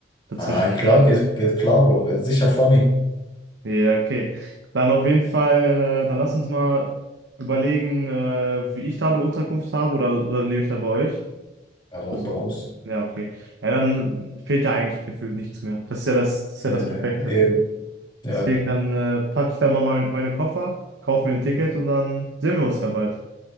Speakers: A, on the right; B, on the left.
A: dazwischen
B: Ah, nein,
A: stören.
B: klar, geht, geht
A: <laughs>
B: klar, Bro. Wird sicher funny.
A: Ja, okay. Dann auf jeden Fall, äh, dann lass uns mal überlegen, äh, wie ich da eine Unterkunft habe oder, oder lebe ich da bei euch?
B: Ja, doch,
A: Also,
B: bei uns.
A: ja, okay. Ja, dann fehlt ja eigentlich gefühlt nichts mehr. Das ist ja das, das ist ja
B: Nee,
A: das
B: nee,
A: Perfekte.
B: eben. Ja,
A: Deswegen dann äh, packe ich dann mal meine, meine Koffer, kaufe mir ein Ticket und dann sehen wir uns ja bald.